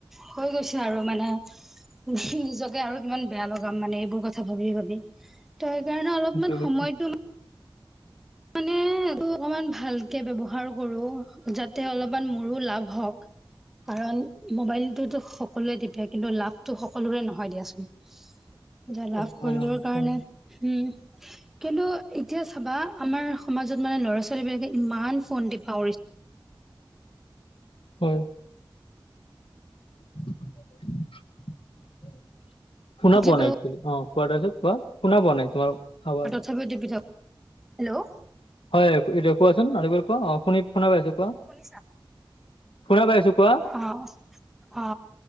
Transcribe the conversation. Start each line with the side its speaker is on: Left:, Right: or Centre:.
Centre: হৈ গৈছে আৰু মানে নিজকে আৰু কিমান বেয়া লগাম মানে এইবোৰ কথা ভাবি ভাবি ত সেইকাৰণে অলপমান
Left: সেইটো সেইটো
Centre: সময়তো মানে এইটো অকমান ভালকে ব্যৱহাৰ কৰো যাতে অলপমান মোৰো লাভ হওক কাৰণ মোবাইলটোতো সকলোৱে তিপে কিন্তু লাভটো সকলোৰে নহয় দিয়াচোন
Left: <inaudible>
Centre: এতিয়া লাভ
Left: নহয়
Centre: কৰিবৰ
Left: নহয়
Centre: কাৰণে
Left: হয়
Centre: হম কিন্তু এতিয়া চাবা আমাৰ সমাজত মানে ল'ৰা ছোৱালীবিলাকে ইমান ফন্তি পাহৰিছে
Left: হয় শুনা পোৱা নাই অ কোৱা তাৰপাছত কোৱা
Centre: যি পাওঁ
Left: শুনা পোৱা নাই তোমাৰ আৱাজ
Centre: তথাপিও <unintelligible> হেল্ল'
Left: হয় এতিয়া কোৱাচোন আৰু এবাৰ কোৱা অ শুনি শুনা পাইছো কোৱা
Centre: শুনিছা
Left: শুনা পাইছো কোৱা
Centre: অ অ অ